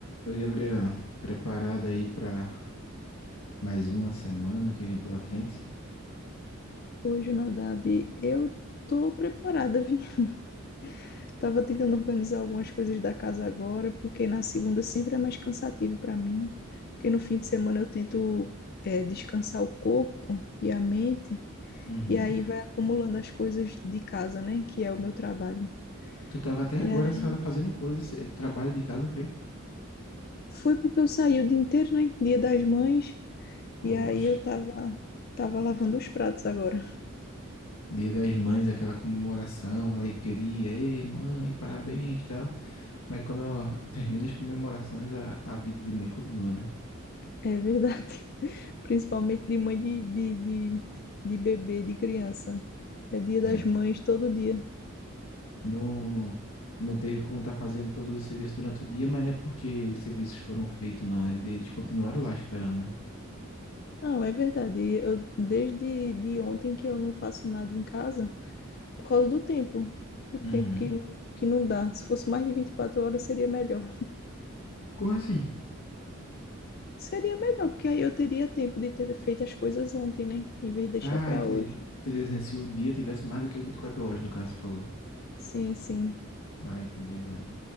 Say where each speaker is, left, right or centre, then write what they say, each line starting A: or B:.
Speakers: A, on the left (about 85°); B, on the left (about 45°).
A: Oi, Gabriel. Preparado aí pra mais uma semana que vem pela frente?
B: Hoje, Nadab, eu tô preparada, vim. <laughs> Tava tentando organizar algumas coisas da casa agora, porque na segunda sempre é mais cansativo para mim, porque no fim de semana eu tento é, descansar o corpo e a mente,
A: Uhum.
B: e aí vai acumulando as coisas de casa, né, que é o meu trabalho.
A: Tu tava até agora
B: E aí,
A: essa hora fazendo coisa, cê- trabalho de casa, foi?
B: foi porque eu saí o dia inteiro, né, Dia das Mães,
A: Poxa,
B: e aí eu tava, tava lavando os pratos agora.
A: Dia das Mães, aquela comemoração, alegria, ei, mãe, parabéns, e tal. Mas quando termina as comemorações, a, a vida de mãe continua, né?
B: É verdade. principalmente de mãe de, de, de, de bebê, de criança. É dia das
A: É.
B: mães todo dia.
A: Não, não teve como estar fazendo todos os serviços durante o dia, mas não é porque os serviços foram feitos, não, né? Eles continuaram lá esperando, né?
B: Não, é verdade. Eu, desde de ontem que eu não faço nada em casa por causa do tempo. Do
A: Uhum.
B: tempo que, não- que não dá. Se fosse mais de 24 horas, seria melhor.
A: Como assim?
B: Seria melhor, porque aí eu teria tempo de ter feito as coisas ontem, né? Em vez de deixar
A: Ah,
B: para
A: entendi.
B: hoje.
A: Interessante. Se o dia tivesse mais do que 24 horas, no caso, tu falou.
B: Sim, sim.
A: Ah, entendi agora.